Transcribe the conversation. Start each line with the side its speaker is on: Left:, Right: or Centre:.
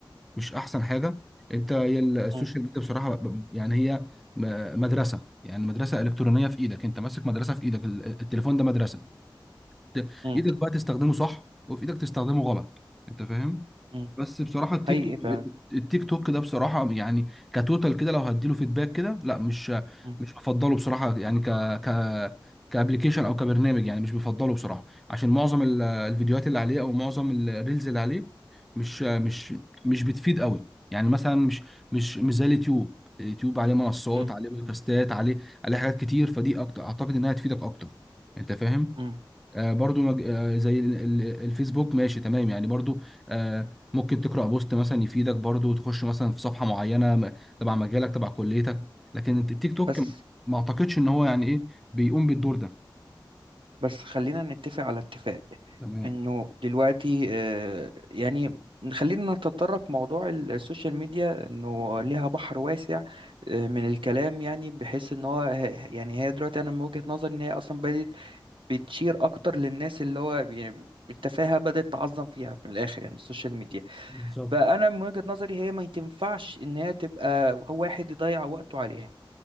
Centre: مش احسن حاجه انت هي السوشيال
Right: مم.
Centre: ميديا بصراحه ب- يعني هي م- مدرسه يعني مدرسه الكترونيه في ايدك انت ماسك مدرسه في ايدك ال- التليفون ده مدرسه ت-
Right: مم.
Centre: ايدك بقى تستخدمه صح وفي ايدك تستخدمه غلط انت فاهم
Right: مم.
Centre: بس بصراحة التيك
Right: حقيقي
Centre: توك
Right: فعلا
Centre: التيك توك ده بصراحة يعني كتوتال كده لو هديله فيدباك كده لا مش
Right: مم.
Centre: مش هفضله بصراحة يعني ك ك كابلكيشن او كبرنامج يعني مش بفضله بصراحة عشان معظم ال- الفيديوهات اللي عليه او معظم الريلز اللي عليه مش مش مش بتفيد قوي يعني مثلا مش مش مش زي اليوتيوب اليوتيوب عليه منصات
Right: مم.
Centre: عليه بودكاستات عليه عليه حاجات كتير فدي اكتر اعتقد انها تفيدك اكتر انت فاهم
Right: مم.
Centre: آه، برضو مج... آه، زي ال- ال- الفيسبوك ماشي تمام يعني برضو آه، ممكن تقرأ بوست مثلا يفيدك برضو تخش مثلا في صفحة معينة م- تبع مجالك تبع كليتك لكن الت- التيك توك
Right: بس
Centre: م- ما اعتقدش ان هو يعني ايه بيقوم بالدور ده
Right: بس خلينا نتفق على اتفاق
Centre: تمام
Right: انه دلوقتي آه، يعني خلينا نتطرق موضوع السوشيال ميديا انه ليها بحر واسع آه، من الكلام يعني بحيث ان هو يعني هي دلوقتي انا من وجهة نظري ان هي اصلا بدأت بتشير اكتر للناس اللي هو يعني التفاهة بدأت تعظم فيها من الاخر يعني السوشيال ميديا
Centre: بالظبط
Right: فانا من وجهة نظري هي ما تنفعش ان هي تبقى هو واحد يضيع وقته عليها